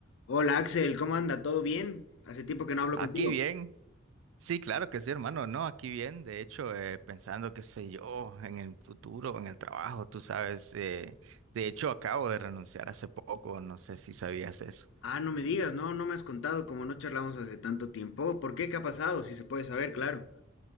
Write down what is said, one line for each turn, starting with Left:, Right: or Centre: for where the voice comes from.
Left: Hola Axel, ¿cómo anda? ¿Todo bien? Hace tiempo que no hablo
Right: Aquí
Left: contigo.
Right: bien, sí, claro que sí, hermano, no, aquí bien, de hecho, eh, pensando, qué sé yo, en el futuro, en el trabajo, tú sabes, eh, de hecho, acabo de renunciar hace poco, no sé si sabías eso.
Left: Ah, no me digas, no, no me has contado como no charlamos hace tanto tiempo. ¿Por qué? ¿Qué ha pasado? Si se puede saber, claro.